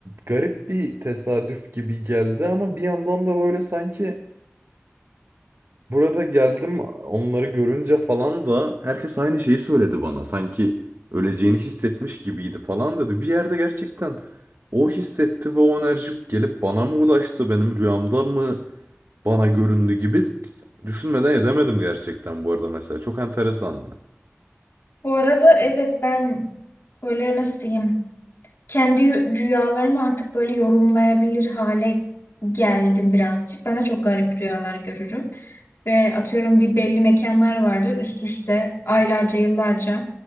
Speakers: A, on the right; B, on the left.
A: garip bir tesadüf gibi geldi ama bir yandan da böyle sanki Burada geldim onları görünce falan da herkes aynı şeyi söyledi bana. Sanki öleceğini hissetmiş gibiydi falan dedi. Bir yerde gerçekten o hissetti ve o enerji gelip bana mı ulaştı, benim rüyamda mı bana göründü gibi düşünmeden edemedim gerçekten bu arada mesela. Çok enteresandı.
B: Bu arada evet ben böyle nasıl diyeyim kendi yü- rüyalarımı artık böyle yorumlayabilir hale geldim birazcık. Ben de çok garip rüyalar görürüm. Ve atıyorum bir belli mekanlar vardır üst üste aylarca yıllarca